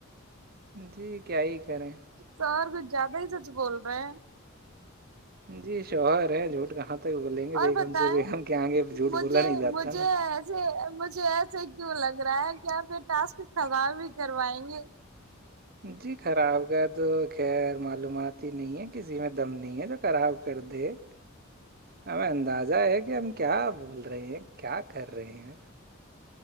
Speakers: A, on the right (about 45°); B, on the right (about 85°).
A: جی کیا ہی کرے
B: سر زیادہ ہی سچ بول رہا ہے
A: جی شوہر ہے جھوٹ کا یہاں تک بولیں گے
B: اور
A: بیگم
B: بتائیں
A: سے بیگم کے آگے جھوٹ
B: مجھے
A: بولا نہیں جاتا
B: مجھے
A: نا
B: ایسے مجھے ایسے کیوں لگ رہا ہے کہ آپ یہ ٹاسک خراب ہی کروائیں گے
A: جی خراب کا تو خیر معلومات ہی نہیں ہے کسی میں دم نہیں ہے جو خراب کر دے ہمیں اندازہ ہے کہ ہم کیا بھول رہے ہیں کیا کر رہے ہیں